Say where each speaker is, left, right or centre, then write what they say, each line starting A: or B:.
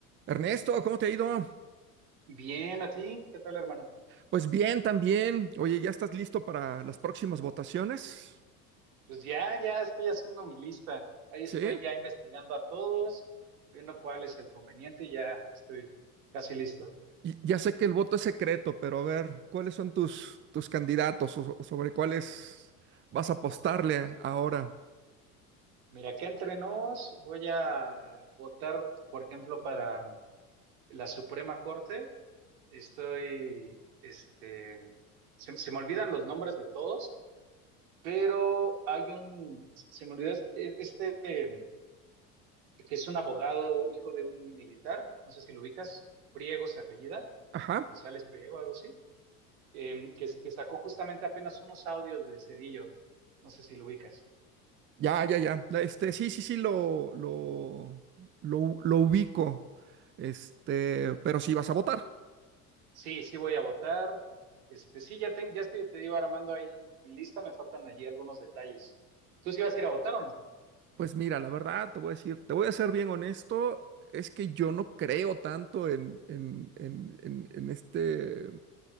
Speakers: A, on the right; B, on the right.
A: Ernesto, ¿cómo te ha ido?
B: Bien, ¿a ti? ¿Qué tal, hermano?
A: Pues bien, también. Oye, ¿ya estás listo para las próximas votaciones?
B: Pues ya, ya estoy haciendo mi lista. Ahí
A: Sí.
B: estoy ya investigando a todos, viendo cuál es el conveniente y ya estoy casi listo.
A: Y ya sé que el voto es secreto, pero a ver, ¿cuáles son tus, tus candidatos o, o sobre cuáles vas a apostarle ahora?
B: Mira, que entre nos voy a votar, por ejemplo, para la Suprema Corte. Estoy, este, se, se me olvidan los nombres de todos, pero hay un, se me olvidó este, este, que es un abogado hijo de un militar, no sé si lo ubicas, Priego se apellida.
A: Ajá.
B: González Priego, algo así, em, que, que sacó justamente apenas unos audios de Cedillo. No sé si lo ubicas.
A: Ya, ya, ya. Este, sí, sí, sí, lo, lo, lo, lo ubico. Este, pero sí vas a votar.
B: Sí, sí voy a votar. Este, sí, ya, ten- ya estoy, te digo, armando ahí mi lista, me faltan allí algunos detalles. ¿Tú sí vas a ir a votar o no?
A: Pues mira, la verdad, te voy a decir, te voy a ser bien honesto, es que yo no creo tanto en, en, en, en, en este,